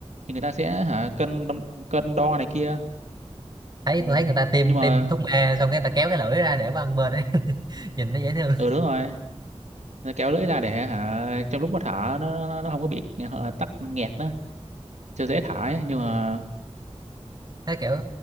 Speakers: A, on the right; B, on the right.
A: thì người ta sẽ hả cân đong- cân đo này kia
B: thấy
A: ừ.
B: tôi thấy người ta tiêm
A: nhưng mà
B: tiêm thuốc mê xong cái ta kéo cái lưỡi ra để qua ăn bên ấy. <laughs> nhìn nó dễ thương
A: ừ đúng rồi Nó kéo lưỡi ra để hả trong lúc mà thở nó nó, nó không có bị hả, tắc nghẹt đó chưa dễ thả ấy nhưng mà
B: thấy kiểu